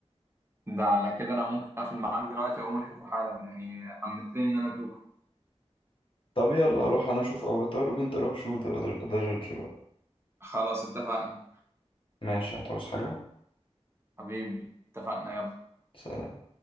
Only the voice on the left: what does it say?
طب يلا اروح انا اشوف افاتار وانت روح شوف ذا جادج بقى
ماشي هتعوز حاجة
سلام